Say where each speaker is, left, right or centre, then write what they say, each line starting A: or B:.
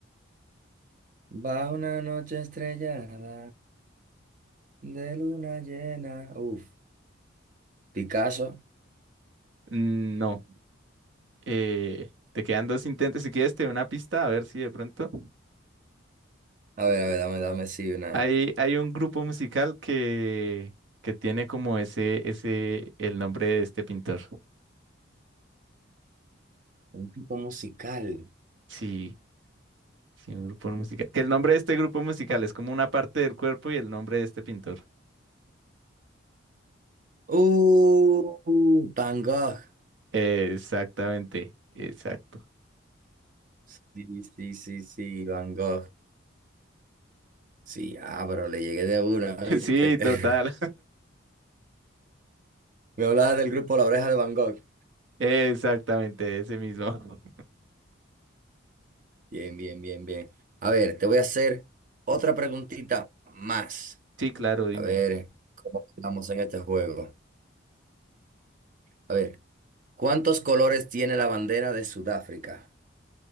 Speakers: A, on the right; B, on the right.
A: Va una noche estrellada de luna llena. Uf. Picasso.
B: Mm, No, eh, te quedan dos intentos. Si quieres, te doy una pista, a ver si de pronto.
A: A ver, a ver, dame, dame, sí, una.
B: Hay, hay un grupo musical que, que tiene como ese, ese, el nombre de este pintor.
A: Un tipo musical.
B: Sí, sí, un grupo musical. Que el nombre de este grupo musical es como una parte del cuerpo y el nombre de este pintor.
A: Uh, uh, Van Gogh.
B: Exactamente, exacto.
A: Sí, sí, sí, sí, Van Gogh. Sí, ah, pero le llegué de una,
B: <laughs>
A: ¿viste?
B: Sí,
A: <laughs>
B: total.
A: Me hablabas del grupo La Oreja de Van Gogh.
B: <laughs> Exactamente, ese mismo.
A: Bien, bien, bien, bien. A ver, te voy a hacer otra preguntita más.
B: Sí, claro, dime.
A: A ver, ¿cómo estamos en este juego? A ver, ¿cuántos colores tiene la bandera de Sudáfrica?